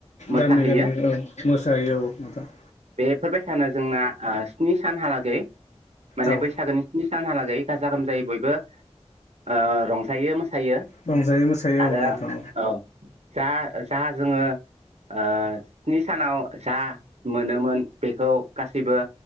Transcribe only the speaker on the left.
गामि गामि औ मोसाहैयो औ नोंथां।
औ
रंजायो मोसायो
औ नोंथां